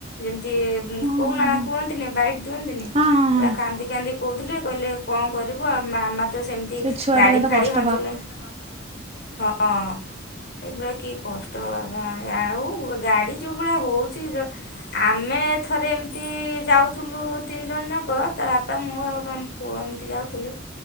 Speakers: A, on the left; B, on the right.
A: ଯେମିତି
B: ହଁ
A: ଉଁ କୁଣା
B: ହଁ ହଁ
A: କୁହନ୍ତିନି ବାଇଟ୍ ଦିଅନ୍ତିନି
B: ହଁ ହଁ
A: ପୁରା
B: ହଁ
A: କାନ୍ଦି କାନ୍ଦି କହୁଥିଲେ କହିଲେ କଣ କରିବୁ ଆଉ ମା ମା ତ ତ ସେମତି
B: ସେ ଛୁଆ
A: ଗାଡି
B: ଟା କେତେ
A: ଫାଡି
B: କଷ୍ଟ
A: ହଁଞ୍ଚ ନ କଷ୍ଟ ପାଉଥିବ କହିଲେ। ହଁ ସେଗୁରା କି କଷ୍ଟ ବାବା ଆ ଆଉ ଗାଡି ଯୋଉ ଭଳିଆ ହଉଛି ଯ ଆମେ ଥରେ ଏମତି ଯାଉଥୁଲୁ ତିନି ଜଣ ଯାକ। ତା ବାପା ମୁଁ ଆଉ ଆମ ପୁଅ ଏମିତି ଯାଉଥିଲୁ